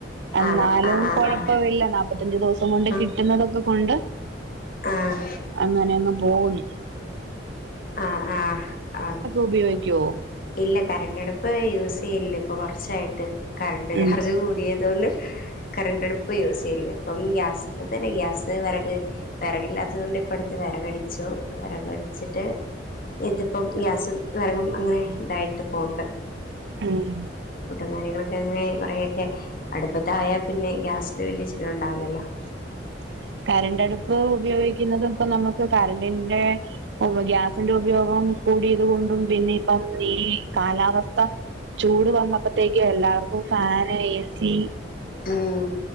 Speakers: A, on the right; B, on the left.
A: എന്നാലും
B: ആണോ ആഹ് ആഹ്
A: കൊഴപ്പ ഇല്ല നാല്പത്തഞ്ചു ദിവസം കൊണ്ട്
B: ആഹ്
A: കിട്ടുന്നതൊക്കെ കൊണ്ട്
B: ആഹ്
A: അങ്ങനെ അങ്ങ് പോകുന്നു
B: ആഹ് ആഹ് ആഹ്
A: ഉപയോഗിക്കോ
B: ഇല്ല കറണ്ട് അടുപ്പ് യൂസ് ചെയ്യല്ല ഇപ്പൊ കൊറച്ചായിട്ട് കറണ്ട്
A: ഉം
B: ചാർജ് കൂടിയതോണ്ട് കറണ്ട് അടുപ്പ് യൂസ് ചെയ്യല്ല ഇപ്പം ഗ്യാസ് തന്നെ ഗ്യാസ് വിറക് വിറകില്ലാത്തത് കൊണ്ട് ഇപ്പ അടുത്ത് വിറകടിച്ചു വിറകടിച്ചിട്ട് ഇതിപ്പം ഗ്യാസും വിറകും അങ്ങനെ ഇതായിട്ട് പോണ്ട്
A: ഉം
B: ഫുഡും കാര്യങ്ങളൊക്കെ അങ്ങനെ കുറേയൊക്കെ അടുപ്പതായൽ പിന്നെ ഗ്യാസിനു വലിയ ചിലവുണ്ടാവില്ലല്ലോ
A: <inaudible> കരണ്ടടുപ്പ് ഉപയോഗിക്കുന്നതും ഇപ്പം നമ്മക്ക് കറണ്ടിന്റെ ഗ്യാസിന്റെ ഉ ഉപയോഗം കൂടിയത് കൊണ്ടും പിന്നെ ഇപ്പം ഈ കാലാവസ്ഥ ചൂട് വന്നപ്പത്തേക്കി എല്ലാവർക്കും ഫാന് ഏസി
B: ഉം